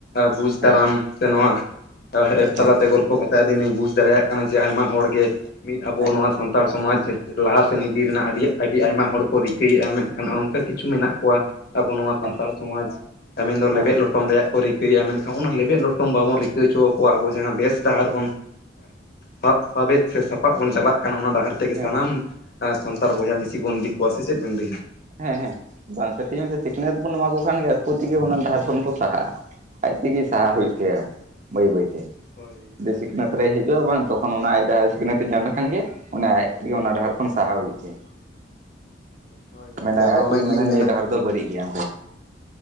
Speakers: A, on the left (about 55°); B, on the right (about 40°).
A: ᱵᱩᱡᱽ
B: ᱦᱮᱸ
A: ᱫᱟᱨᱟᱢ ᱥᱮ ᱱᱚᱣᱟ ᱮᱯ ᱛᱟᱞᱟᱛᱮ
B: ᱦᱮᱸ
A: ᱜᱚᱞᱯᱷᱚ ᱠᱟᱛᱮ ᱟᱹᱞᱤᱧ ᱞᱤᱧ ᱵᱩᱡᱽ ᱫᱟᱲᱮᱭᱟᱜ ᱠᱟᱱᱟ᱾ ᱡᱮ ᱟᱭᱢᱟ ᱦᱚᱲᱜᱮ ᱢᱤᱫ ᱟᱵᱚ
B: ᱦᱮᱸ
A: ᱱᱚᱣᱟ ᱥᱟᱱᱛᱟᱲ ᱥᱚᱢᱟᱡᱽ ᱞᱟᱦᱟ ᱥᱮᱫ ᱤᱫᱤ ᱨᱮᱱᱟᱜ ᱟᱹᱰᱤ ᱟᱹᱰᱤ ᱟᱭᱢᱟ ᱦᱚᱲ ᱠᱚ ᱨᱤᱠᱟᱹᱭᱮᱫ-ᱟ ᱢᱮᱱᱠᱷᱟᱱ ᱚᱱᱠᱟ ᱠᱤᱪᱷᱩ ᱢᱮᱱᱟᱜ ᱠᱚᱣᱟ ᱟᱵᱚ ᱱᱚᱣᱟ ᱥᱟᱱᱛᱟᱲ
B: ᱦᱮᱸ
A: ᱥᱚᱢᱟᱡᱽ ᱢᱮᱱᱫᱚ
B: ᱦᱮᱸ
A: ᱞᱮᱵᱮᱫ ᱞᱚᱴᱚᱢ ᱨᱮᱭᱟᱜ, ᱠᱚ ᱨᱤᱠᱟᱹᱭᱮᱫ-ᱟ ᱢᱮᱱᱠᱷᱟᱱ ᱚᱱᱟ ᱞᱮᱵᱮᱫ ᱞᱚᱴᱚᱢ ᱵᱟᱵᱚᱱ ᱨᱤᱠᱟᱹ ᱦᱚᱪᱚ ᱟᱠᱚᱣᱟ ᱟᱵᱚ ᱡᱟᱦᱟᱸ ᱵᱮᱥ ᱰᱟᱦᱟᱨ ᱵᱚᱱ ᱥᱟᱵ ᱥᱟᱵᱮᱫ ᱥᱮ ᱥᱟᱯᱟᱵ ᱵᱚᱱ ᱪᱟᱞᱟᱜ ᱠᱟᱱᱟ ᱚᱱᱟ ᱰᱟᱦᱟᱨ ᱛᱮᱜᱮ
B: ᱦᱮᱸ
A: ᱥᱟᱱᱟᱢ ᱥᱟᱱᱛᱟᱲ ᱵᱚᱭᱦᱟ ᱢᱤᱥᱤ ᱵᱚᱱ ᱤᱫᱤ ᱠᱚᱣᱟ ᱥᱮ ᱪᱮᱫ ᱵᱮᱱ ᱞᱟᱹᱭ ᱟ᱾
B: ᱦᱮᱸ ᱦᱮᱸ ᱵᱟᱝ ᱠᱟᱹᱴᱤᱡ ᱥᱤᱠᱷᱱᱟᱹᱛ ᱵᱚᱱ ᱮᱢᱟ ᱟᱠᱚ ᱠᱷᱟᱱ ᱜᱮ ᱟᱠᱚ ᱛᱮᱜᱮ ᱚᱱᱟ ᱰᱟᱦᱟᱨ ᱠᱷᱚᱱ ᱠᱚ ᱥᱟᱦᱟᱜ-ᱟ᱾ ᱟᱡᱛᱮᱜᱮ ᱥᱟᱦᱟᱜ
A: ᱦᱳᱭ
B: ᱦᱩᱭᱩᱜ ᱛᱟᱭᱟ ᱵᱟᱹᱭ ᱵᱟᱹᱭᱛᱮ
A: ᱦᱳᱭ
B: ᱡᱮ
A: ᱟᱨ
B: ᱥᱤᱠᱷᱱᱟᱹᱛ ᱨᱮᱭ ᱦᱤᱡᱩᱜ-ᱟ ᱵᱟᱝ ᱛᱚᱠᱷᱚᱱ ᱚᱱᱟ ᱟᱭ ᱥᱤᱠᱷᱱᱟᱹᱛ ᱧᱟᱢ ᱞᱮᱠᱷᱟᱱ ᱜᱮ ᱚᱱᱟ ᱟᱡ ᱛᱮᱜᱮ ᱚᱱᱟ ᱰᱟᱦᱟᱨ ᱠᱷᱚᱱ ᱥᱟᱦᱟᱣ ᱦᱩᱭᱩᱜ ᱛᱟᱭᱟ᱾
A: ᱦᱳᱭ ᱜᱚᱝᱠᱮ
B: ᱢᱟᱱᱮ
A: ᱟᱫᱚ
B: ᱟᱡ
A: ᱚᱱᱟ
B: ᱛᱮᱜᱮ
A: ᱜᱮᱞᱤᱧ
B: ᱢᱮᱱᱟ ᱱᱤᱭᱟᱹ ᱰᱟᱦᱟᱨ ᱫᱚ ᱵᱟᱹᱲᱤᱡ ᱜᱮᱭᱟ᱾